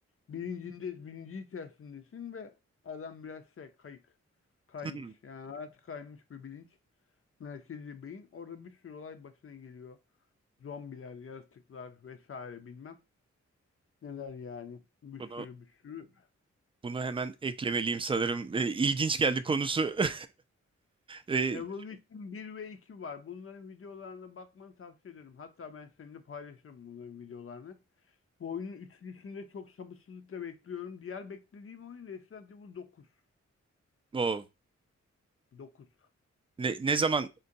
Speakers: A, on the left; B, on the right.
A: bilincinde, bilinci içerisindesin ve adam biraz şey kayık kaymış.
B: Hmm,
A: Yani hayatı kaymış bir bilinç. Merkezi beyin. Orada bir sürü olay başına geliyor. Zombiler, yaratıklar vesaire bilmem. Neler yani. Bir
B: Bunu
A: sürü bir sürü.
B: bunu hemen eklemeliyim sanırım. E, İlginç geldi konusu. <laughs> E,
A: Evolution bir ve 2 var. Bunların videolarına bakmanı tavsiye ederim. Hatta ben seninle paylaşırım bunların videolarını. Bu oyunun üçüncüsünü de çok sabırsızlıkla bekliyorum. Diğer beklediğim oyun Resident Evil dokuz
B: o
A: dokuz
B: ne ne zaman